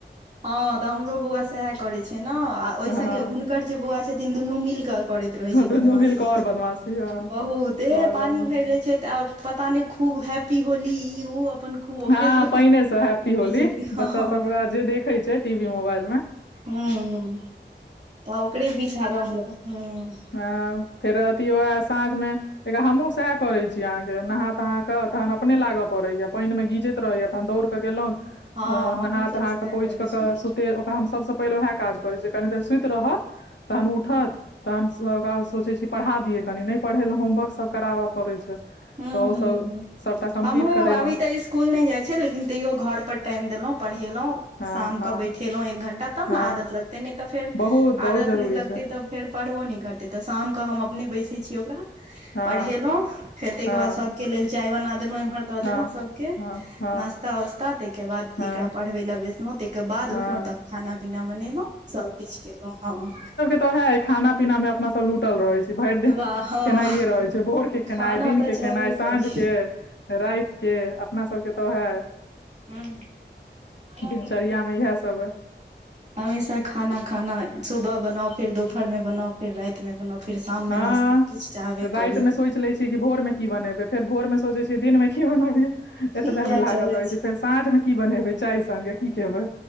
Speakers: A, on the right; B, on the left.
A: हँ तऽ हमरो बौआ सेएहे करै छै न ओहि
B: हँ
A: संगे हुनकर जे बौआ छथिन दुनू मिल कऽ करैत रहै छै
B: दुनू
A: बदमाशी
B: मिल कऽ आओर बदमाशी हँ
A: बहुते
B: आओर
A: पानी
B: बदमाशी
A: भैर लै छै तऽ आ पता नय खूब हैप्पी होली ई उ अपन खूब ओकरे
B: हँ
A: सब
B: पैने से हैप्पी
A: विजय
B: होली
A: हँ
B: बच्चा सब जे देखे छै टीवी मोबाइल में
A: हँ तऽ ओकरे पिछा रहलों ह
B: ह फेर अथी वए साँझ मे एक हमहुँ सेएहे करैत छी अहाँके नहा तहा कऽ अहाँके तहन अपने लागय पड़ैया पानी मे गीजैत रहैए तहन दौड़ गेलौ
A: हँ
B: नहा
A: हमहुँ सब
B: तहा
A: सएह
B: कऽ पोछि
A: करै
B: क
A: छी
B: कऽ
A: हूं
B: ओकरा हम सबस पहिले वैह काज करै छी कनी देर सुइत रहत तहन उठत तहन स तहन सोचै छी पढ़ा दियै कनी नय पढ़ेलहु होमवर्क सब कराबय पड़ै छै
A: हूँ
B: तऽ ओ
A: हूँ
B: सब
A: हूँ
B: सबटा कम्प्लीट
A: हमहूँ
B: करेलहुँ
A: अभी तऽ इस कूल नै जाय छै लेकिन तैयो घर पर टाइम देलो पढ़ेलो
B: हँ
A: शाम
B: हँ
A: के बैठेलो एक घंटा तब
B: हँ
A: ने आदत लगतै नय तऽ फेर
B: बहुत बहुत
A: आदत
B: जरूरी
A: नै लगतै
B: छै
A: तब फेर पढ़बो नय करतै तऽ शामकऽ हम अपने बैसै छी ओकरा
B: हँ
A: पढ़ेलो तेइ
B: हँ
A: के बाद सब के लेल चाय बना देलों इम्हर द
B: हँ
A: देलौ सबके
B: हँ हँ
A: नाश्ता वा ता तैके बाद
B: हँ
A: एकरा पढ़बय लए बैसलो तैके बाद
B: हँ
A: उठलो त खाना पीना बनेलो सभकिछु केलो हँ
B: तोहे अइ खाना पीना मे अपना सब लूटल रहै छी भेइर दिन
A: वाह हँ
B: खेनाइए रहै छै भोरके खेनाइ
A: खाना
B: दिनके
A: तऽ चाहबे
B: खेनाइ साँझके
A: करी
B: राइत के अपना सबके तऽ उहे
A: ह खाना
B: दिनचर्या मे इएह सब अइ
A: अहिस खाना खाना सुबह बनाउ फिर दुपहर में बनाउ फेर रातिमे बनाउ फेर शाममे
B: हँ
A: नाश्ता किछ चाहबे
B: राति
A: करी
B: मे सोचि लै भोर मे कि बनेबै फेर भोर मे सोचे छियै दिन मे की बनबियै एतबेए
A: इएह
B: में लागल
A: चलै
B: रहै छै फेर साँझ मे की बनेबै चाय संगे की खेबै